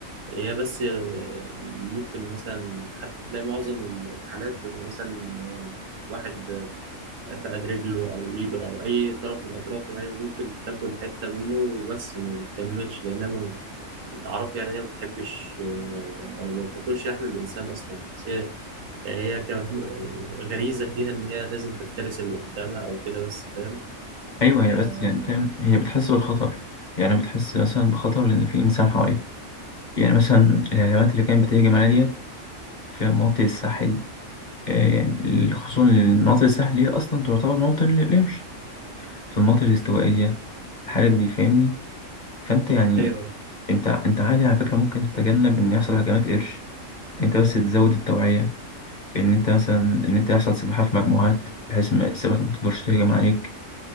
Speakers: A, on the right; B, on the left.
A: هي بس آه، ممكن مثلا حتى تلاقي معظم الحالات بتبقى مثلا آه، واحد فقد رجله أو إيده أو أي طرف من أطرافه يعني ممكن تاكل حتة منه بس ما بتكملش لأنها ما- أعرف يعني إن هي ما بتحبش آه، أو ما بتاكلش لحم الإنسان أصلا بس هي هي ك- غريزة فيها إن هي لازم تفترس اللي قدامها أو كده بس فاهم
B: ايوه هي
A: آه،
B: بس يعني فاهم هي بتحس بالخطر يعني بتحس مثلا بخطر لان في انسان حواليها يعني مثلا الهجمات اللي كانت بتهجم عليها ديت في مناطق الساحل آه، يعني خصوصا مناطق الساحل هي اصلا تعتبر موطن للقرش في المناطق الاستوائيه الحاجات دي فاهمني فانت يعني
A: أيوه
B: انت انت عادي على فكره ممكن تتجنب ان يحصل هجمات قرش انت بس تزود التوعيه ان انت مثلا ان انت يحصل سباحه في مجموعات بحيث ما السمكه ما تقدرش تهجم عليك